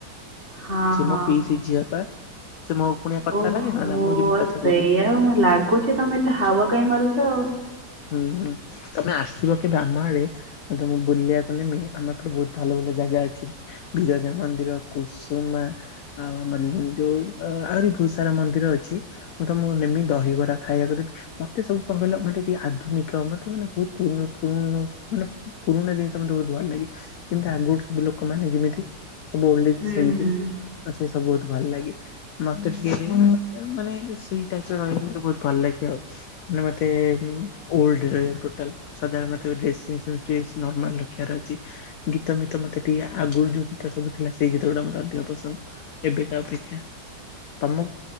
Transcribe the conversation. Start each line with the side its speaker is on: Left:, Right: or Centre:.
Right: ହଁ
Left: ସେ
Right: ହଁ
Left: ମୋ ପିଇସି ଝିଅ ପା ସେ ମୋ କୁଣିଆ କଥା
Right: ଓହୋ
Left: ଲାଗେ ନା ନା ମୁଁ ଯେମିତି
Right: ଆଚ୍ଛା
Left: କଥା କହୁଛି।
Right: ଏଇୟା ଆଉ ମତେ ଲାଗ୍ କହୁଛି ତମେ ଏତେ ହାୱ କାଇହିଁ ମାରୁଛ ଆଉ।
Left: ହୁଁ ହୁଁ ତମେ ଆସିବ କି ଦାମ ଆଡେ ମ ତେ ମୁକୁ ବୁଲିବାକୁ ନେବି। ଆମ ଏପରେ ବହୁତ ଭଲ ଭଲ ଜାଗା ଅଛି ବିରଜା ମନ୍ଦିର, କୁସୁମା। ଆଉ ଆମର ଯୋଉ ଆହୁରି ବହୁତ ସାରା ମନ୍ଦିର ଅଛି। ମୁଁ ତ ମୁଁ ନେମି ଦହିବରା ଖାଇବାକୁ ଦେବି ମତେ ସବୁ ପଲେ ମତେ ଆଧୁନିକ ମତେ ମାନେ ବହୁତ ପୁରୁ ପୁରୁ ମାନେ ପୁରୁଣା ଜିନିଷ ମତେ ବହୁତ ଭଲ ଲାଗେ। ଯେମିତି ଆଗ ସବୁ ଲୋକମାନେ <unintelligible> ଯେମିତି ସବୁ ଓ
Right: ହୁଁ
Left: ସେମିତି ଆଚ୍ଛା ମତେ ବୋହୁତ ଭଲ ଲାଗେ। ମତେ ଟିକେ ମାନେ ସେଇ ଟାଇପରେ ରହିବେ ମତେ ବହୁତ ଭଲ ଲାଗେ ଆଉ। ନା ମତେ ଓଲଡୋ ରେ ରହିବାକୁ ଟୋଟାଲ <unintelligible> ଡ୍ରେସିଂ ସେନ୍ସ ଟିକେ ନର୍ମାଲ ରଖିବାର ଅଛି। ଗୀତମ ତ ମତେ ଟିକେ ଆଗରୁ ଯୋଉ ଗୀତ ସବୁଥିଲା ସେଇ ଗୀତ ଗୁଡା ମୋର ଅଧିକ ପସନ୍ଦ। ଏବେ କା ଅପେକ୍ଷା ତମକୁ